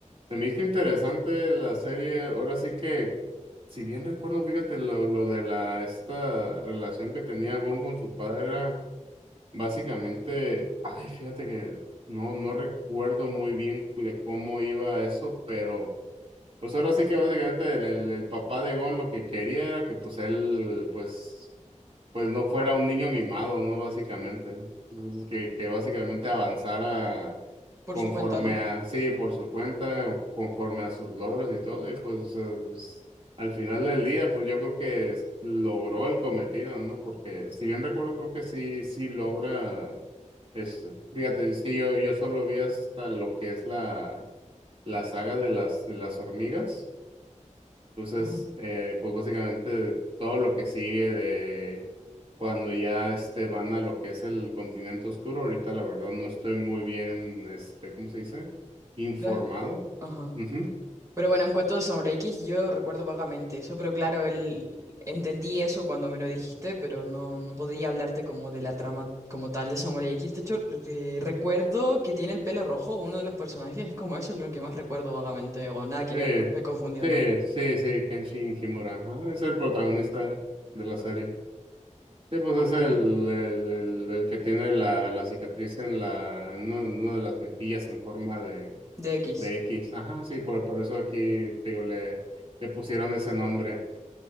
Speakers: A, on the right (about 50°); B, on the right (about 25°).
A: Se me hizo interesante la serie. Ahora sí que, si bien recuerdo, fíjate, lo, lo de la esta relación que tenía Gon con su padre era básicamente, ay, fíjate que no, no recuerdo muy bien cu- de cómo iba eso, pero pues ahora sí que básicamente el, el- el papá de Gon lo que quería era que pues él pues pues no fuera un niño mimado, ¿no? Básicamente. Entonces, que, que básicamente avanzara
B: Por
A: conforme
B: su cuenta, ¿no?
A: a, sí, por su cuenta, conforme a sus logros y todo, y pues, o sea, pues, al final del día, pues yo creo que es- logró el cometido, ¿no? Porque si bien recuerdo, creo que sí, sí logra esto. Fíjate, es que yo, yo solo vi hasta lo que es la, la saga de las, de las hormigas. Entonces,
B: Ujú.
A: eh, pues básicamente todo lo que sigue de cuando ya este, van a lo que es el continente oscuro, ahorita la verdad no estoy muy bien, este, ¿cómo se dice? Informado.
B: No, Ajá.
A: Ujú.
B: Pero bueno, en cuanto a Sombra X, yo recuerdo vagamente eso, pero claro, el... entendí eso cuando me lo dijiste, pero no, no podía hablarte como de la trama como tal de Sombra X. De hecho, re- eh, recuerdo que tiene el pelo rojo, uno de los personajes, es como eso es lo que más recuerdo vagamente, o nada que
A: Sí,
B: ver, me estoy confundiendo.
A: sí, sí, sí, Kenshin Himura, ajá, es el protagonista de la serie. Sí, pues
B: Ah,
A: es
B: mira,
A: el,
B: ¿eh?
A: el, el- el que tiene la, la cicatriz en la, en una, en una de las mejillas en forma de,
B: De X.
A: de X. Ajá, sí, por, por eso aquí, te digo, le, le pusieron ese nombre.